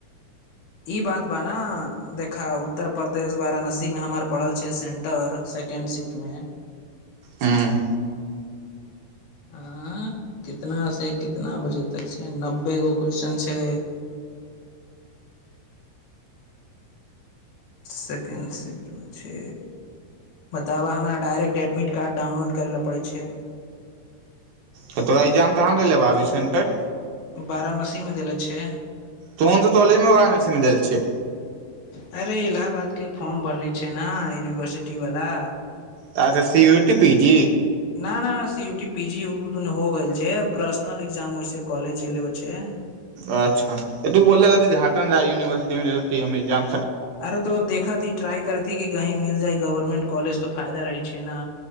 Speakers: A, on the left; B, on the right.
A: ई बात बा ने देखा उत्तर प्रदेश वाराणसीमे हमर पड़ल छै सेन्टर सेकेण्ड शिफ्टमे
B: हँ
A: हँ कितनासँ कितना बजे तक छै नब्बे गो क्वेशन छै सेकेण्ड शिफ्टमे छै बताबह हमरा डायरेक्ट एडमिट कार्ड डाउनलोड करय लए पड़ै छै
B: त तोरा एग्जाम त कहाँ नहि लेबऽ आबी सेन्टर
A: वाराणसीमे देले छै
B: तो त तोलमे सि द छै
A: अरे इलाहाबाद के फॉर्म भरले छै ने यूनिवर्सिटी वाला
B: त तऽ सी यूटी पी जी
A: न न सी उठी पी जी ओ दुन हो गेल छै पर्सनल एग्जाम होइ छै कॉलज जे लेब छै
B: अच्छा तू बोल झारखण् यूनिवर्सिट मेाम
A: अरे तो देखाथी ्रई करेथी कि कही मिल गवर्मेंट कोलज तऽ फायदा रहै छै ने